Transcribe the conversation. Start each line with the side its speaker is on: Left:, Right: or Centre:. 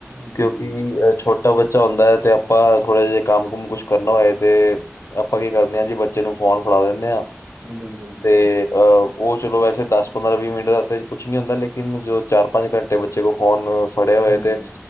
Right: ਜੀ
Left: ਕਿਉਂਕਿ
Right: ਜੀ ਜੀ ਬਿਲਕੁਲ
Left: ਅਹ ਛੋਟ ਟਾ ਬੱਚਾ ਹੁੰਦਾ ਐ, ਤੇ ਅਪਾਂ ਥੋੜੇ ਜਿਹੇ ਕੰਮ ਕੁਮ ਕੁਛ ਕਰਨਾ ਹੋਏ ਤੇ, ਆਪਾਂ ਕੀ ਕਰਣੇ ਆ ਜੀ ਬੱਚੇ ਨੂੰ ਫੋਨ ਫੜਾ ਦਿੰਣੇ ਆ,
Right: ਬਿਲਕੁਲ ਬਿਲਕੁਲ
Left: ਤੇ ਅਹ ਉਹ ਚਲੋ ਵੈਸੇ ਦਸ ਪੰਦਰਾਂ ਵੀਹ ਮਿੰਟ ਦਾ ਤੇ ਕੁਛ ਨੀ ਹੁੰਦਾ, ਲੇਕਿਨ ਜੋ ਚਾਰ ਪੰਜ ਘੰਟੇ ਬੱਚੇ ਕੋਲ ਫੋਨ ਫੜੇਆ ਹੋਏ
Right: ਹਮ
Left: ਤੇ,